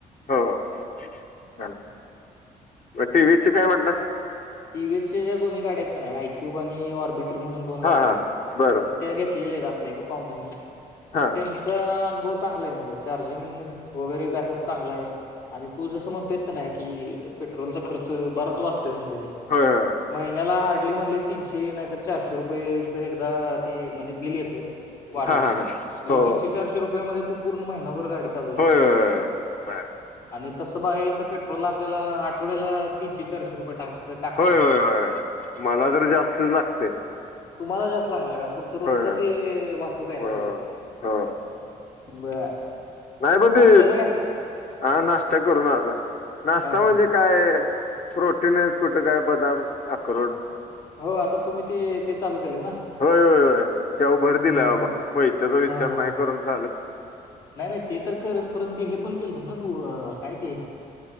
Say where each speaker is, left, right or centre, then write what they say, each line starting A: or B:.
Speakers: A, on the left (about 55°); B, on the left (about 75°).
A: प मग टीवीच काय म्हटलंस
B: टीव्हीएस च्या ज्या दोन्हीाड्या आहेत का नाही आयक्यूब आणि ऑर्बिटर म्हणून दोन गाड्या
A: हा हा
B: आहेत
A: बरं
B: तर त्या घेत आपल्या एका पाहुन्यानी
A: हा
B: त्यांचा अनभव चांगला आय मजे म्हण <unintelligible> चार्जिंग वगैरे बॅकअप चांगलाय आणि तू जसं म्हणतोयस का नाही की पेट्रोलचा खर्च बराच वाजतोय म्हणलीत.
A: होय होय
B: महिन्याला हार्डली म्हणलीत. तीनशे नाहीतर चारशे रुपयेच एकदा ते म्हणजे बिल येतय वाढवून
A: हा हा हा
B: म्हणजे
A: हो
B: तीनशे चारशे रुपयामध्ये तू पूर्ण महिनाभर गाडी चालवू शकतोयस
A: होय होय होय
B: आणि तस बघाय गेल तर पेट्रोला आपल्याला आठवड्याला तीनशे चारशे रुपये टाकाय. टाकाय
A: होय
B: लागते
A: होय होय मला जर जास्तच लागते
B: तुम्हाला जास्त लागणार कारण त <unintelligible> रोजच
A: होय होय
B: ते वाहतूकय ना
A: हो
B: सगळी
A: हो
B: बर
A: नाही पण
B: नाश्त्याचं
A: ते
B: काय?
A: हा नाश्ता करून आलाय नाश्ता
B: हां हां.
A: म्हणजे काय रोटी नाहीच कुठं काय बदाम अक्रोड
B: हो आता तुम्हीते ते चालू. केलंय ना?
A: होय होय होय त्याव भर दिलाय
B: बर.
A: बाबा पैशाचा विचार
B: हां हां
A: नाही
B: हां.
A: करून चालत.
B: नाही नाही ते तर करच परंत ते हे पण केलस ना तू, कायती